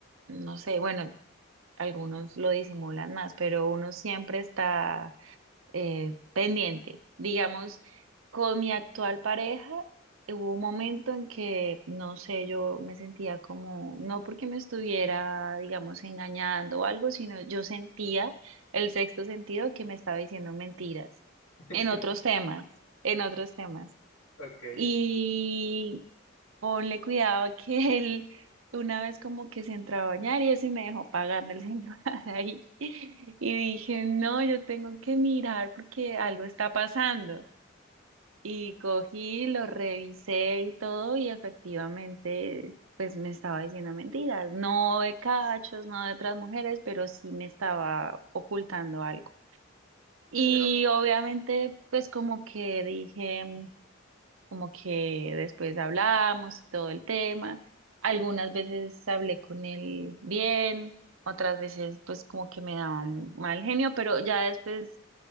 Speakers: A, on the right (about 85°); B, on the left (about 70°).
A: no sé, bueno, algunos lo disimulan más, pero uno siempre está eh, pendiente. Digamos, con mi actual pareja hubo un momento en que, no sé, yo me sentía como, no porque me estuviera, digamos, engañando o algo, sino yo sentía el sexto sentido que me estaba diciendo mentiras
B: <laughs>
A: en otros temas, en otros temas.
B: Ok.
A: y Ponle cuidado <laughs> que él una vez como que se entró a bañar y eso y me dejó pagando el señor <laughs> ahí. Y dije, no, yo tengo que mirar porque algo está pasando. Y cogí, lo revisé y todo y efectivamente pues me estaba diciendo mentiras, no de cachos,
B: Sí,
A: no de otras mujeres, pero sí me estaba ocultando algo. Y
B: pero
A: obviamente pues como que dije como que después hablamos y todo el tema. Algunas veces hablé con él bien, otras veces pues como que me daban mal genio, pero ya después